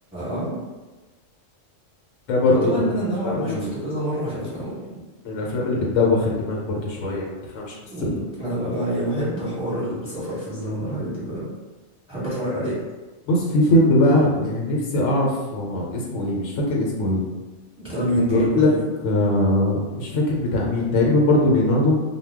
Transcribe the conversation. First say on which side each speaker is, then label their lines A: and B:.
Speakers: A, in the centre; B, on the left.
A: اه
B: ده برضو
A: هو ده بقى
B: من
A: اللي انا
B: الافلام
A: نوعا ما
B: ال...
A: شفته كذا مره عشان افهمه يعني
B: من الافلام اللي بتدوخ الدماغ برضو شويه ما تفهمش قصته
A: أمم، انا بقى, بقى يعني بحب حوار السفر في الزمن والحاجات دي بقى بحب اتفرج عليها
B: بص في فيلم بقى يعني نفسي اعرف آه، اسمه ايه مش فاكر اسمه ايه
A: بتاع
B: كان
A: مين طيب
B: جايب
A: ولا
B: لك
A: ايه
B: آه، مش فاكر بتاع مين تقريبا برضو ليوناردو